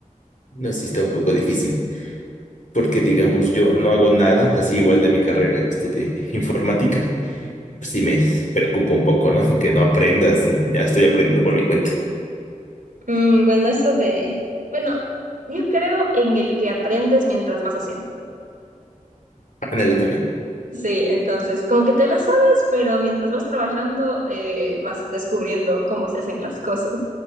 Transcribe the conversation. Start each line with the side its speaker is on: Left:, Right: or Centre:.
Left: No, sí está un poco difícil, porque digamos, yo no hago nada, así igual de mi carrera, estudié informática. Pues sí me preocupa un poco, ¿no? <laughs> Que no aprendas y ya estoy aprendiendo por mi cuenta.
Right: Mm, bueno, eso de, bueno, yo creo en el que aprendes mientras vas haciendo.
Left: Ándale también.
Right: Sí, entonces como que te lo sabes, pero mientras vas trabajando eh, vas descubriendo cómo se hacen las cosas.